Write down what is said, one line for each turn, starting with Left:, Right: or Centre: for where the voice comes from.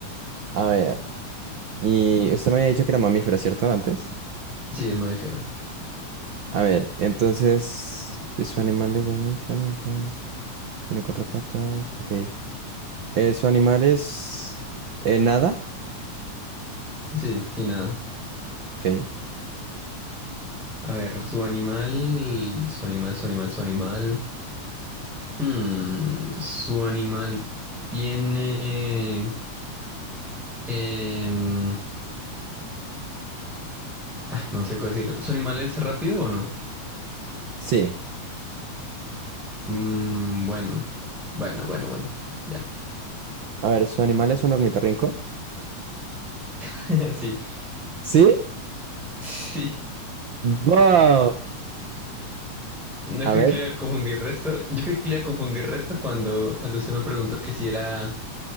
Right: A ver, y usted me había dicho que era mamífero, ¿cierto? Antes.
Centre: Sí, es mamífero.
Right: A ver, entonces, si su animal es mamífero, ta- tiene cuatro patas, ok. Eh, su animal es... eh, nada,
Centre: Sí, sí, nada.
Right: ok.
Centre: A ver, su animal, su animal, su animal, su animal. Hmm, su animal tiene... em, no sé cómo decirlo. ¿Su animal es rápido o no?
Right: Sí.
Centre: Mm, bueno, bueno, bueno, bueno. Ya.
Right: A ver, su animal es un ornitorrinco.
Centre: <laughs> Sí,
Right: ¿Sí?
Centre: sí.
Right: ¡Wow!
Centre: No
Right: A
Centre: creo
Right: ver.
Centre: que le iba a confundir resto. Yo creo que le iba a confundir resto cuando, cuando usted me preguntó que si era